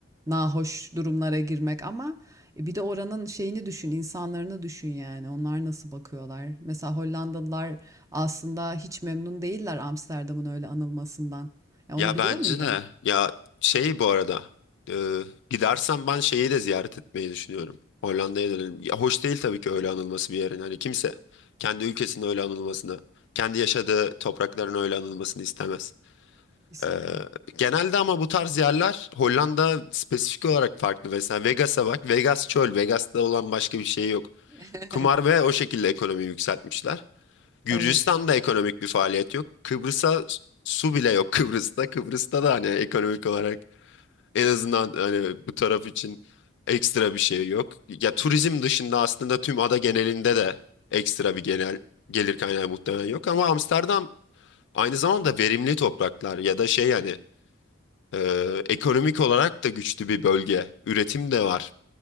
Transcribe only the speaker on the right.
nahoş durumlara girmek ama e, bir de oranın şeyini düşün insanlarını düşün yani onlar nasıl bakıyorlar. Mesela Hollandalılar aslında hiç memnun değiller Amsterdam'ın öyle anılmasından. Ya
onu biliyor
muydun?
Kesinlikle.
<laughs>
Evet.
Hı hı.
Hı,
Evet,